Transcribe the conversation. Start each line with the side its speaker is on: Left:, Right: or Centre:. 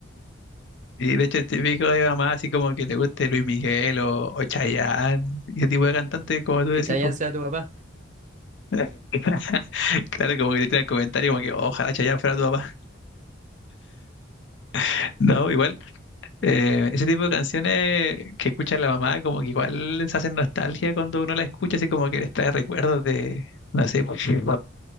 Left: Y de hecho es típico de mamá así como que le guste Luis Miguel o, o Chayanne, y ese tipo de cantantes como tú
Right: Que
Left: decís,
Right: Chayanne
Left: pues.
Right: sea tu papá.
Left: <laughs> Claro, como que te tiran el comentario como que ojalá Chayanne fuera tu papá. <laughs> No, igual Eh, ese tipo de canciones que escucha la mamá, como que igual se hacen nostalgia cuando uno la escucha, así como que les trae recuerdos de, no sé, pues, que